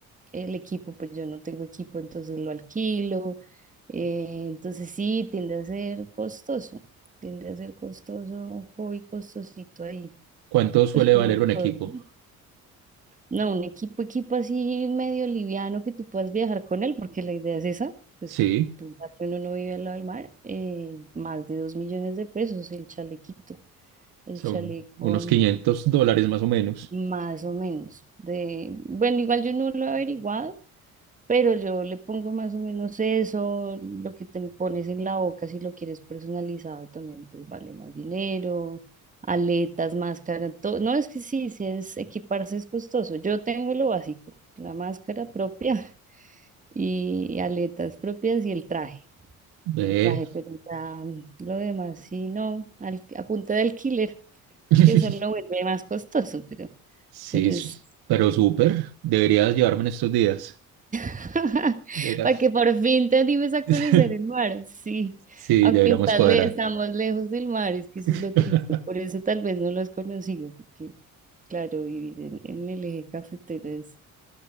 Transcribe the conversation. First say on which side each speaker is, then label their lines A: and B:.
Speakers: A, on the right; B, on the right.
A: el equipo, pues yo no tengo equipo, entonces lo alquilo. Eh, entonces sí, tiende a ser costoso, tiende a ser costoso, un hobby costosito ahí,
B: ¿Cuánto suele
A: pues como
B: valer un equipo?
A: todo, ¿no? No, un equipo, equipo así medio liviano que tú puedas viajar con él, porque la idea es esa, pues
B: Sí,
A: tú, ya que uno no vive al lado del mar, eh, más de dos millones de pesos el chalequito, el
B: son
A: chaleco
B: unos 500 dólares más o menos.
A: mm, más o menos. De, bueno, igual yo no lo he averiguado, pero yo le pongo más o menos eso, lo que te pones en la boca, si lo quieres personalizado también, pues vale más dinero, aletas, máscara, todo. No, es que sí, sí es equiparse es costoso. Yo tengo lo básico, la máscara propia <laughs> y aletas propias y el traje,
B: Ve,
A: el traje, pero ya mm, lo demás sí, no, al, a punta de alquiler,
B: <laughs>
A: que eso lo vuelve más costoso, pero,
B: Sí,
A: pero
B: s-
A: es
B: pero súper. Deberías llevarme en estos días.
A: <laughs>
B: Deberías.
A: Para que por fin te animes a conocer
B: <laughs>
A: el mar, sí.
B: Sí,
A: Aunque
B: deberíamos
A: estás
B: cuadrar.
A: le- estamos lejos del mar, es que eso es
B: <laughs>
A: lo triste. Por eso tal vez no lo has conocido, porque claro, vivir en, en el eje cafetero es,